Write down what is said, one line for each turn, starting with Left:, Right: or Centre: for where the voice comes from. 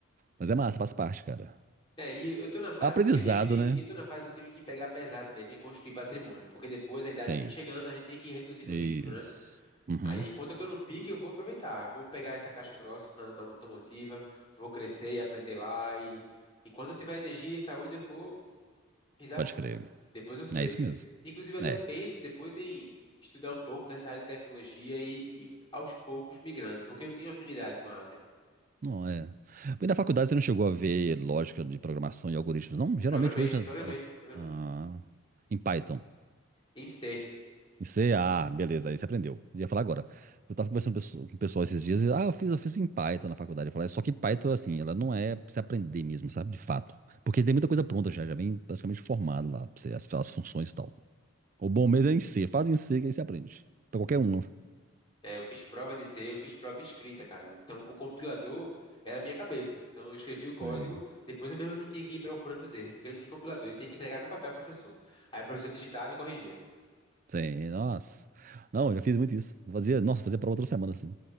Right: Mas é massa, faz parte, cara.
Left: É, e eu tô na fase
Right: Aprendizado,
Left: que eu tenho que,
Right: né?
Left: eu tô na fase que eu tenho que pegar pesado mesmo e construir patrimônio, porque depois a idade
Right: Sim,
Left: vem chegando, a gente tem que ir reduzindo
Right: isso.
Left: o ritmo, né?
Right: Uhum,
Left: Aí enquanto eu tô no pique, eu vou aproveitar, eu vou pegar essa caixa grossa na, na automotiva, vou crescer e aprender lá e enquanto eu tiver energia e saúde, eu vou pisar
Right: pode
Left: fundo.
Right: crer.
Left: Depois eu freio.
Right: É isso mesmo.
Left: Inclusive eu até
Right: É.
Left: penso depois em estudar um pouco dessa área de tecnologia e, e aos poucos migrando, porque eu tenho afinidade com a área.
Right: Não é. Mas na faculdade você não chegou a ver lógica de programação e algoritmos, não? Geralmente
Left: Programei,
Right: hoje nas-
Left: programei,
Right: na-
Left: programei.
Right: ah, em Python.
Left: Em C.
Right: Em C, ah, beleza, aí você aprendeu. Eu ia falar agora. Eu tava conversando com o pessoal- com o pessoal esses dias, e, ah, eu fiz, eu fiz em Python na faculdade. Eu falei, só que Python, assim, ela não é pra você aprender mesmo, sabe? De fato. Porque tem muita coisa pronta já, já vem praticamente formado lá, pra você, as, as funções e tal. O bom mesmo é em C, faz em C que aí você aprende. Pra qualquer um.
Left: É, eu fiz prova de C, eu fiz prova escrita, cara. Então, o compilador era a minha cabeça. Então, eu escrevi o código,
Right: Sim.
Left: depois eu mesmo que tinha que ir procurando os erros, porque não tinha compilador, eu tinha que entregar no papel ao professor. Aí o professor digitava e corrigia.
Right: Sim, nossa. Não, eu já fiz muito isso. Fazia, nossa, fazia prova toda semana, assim.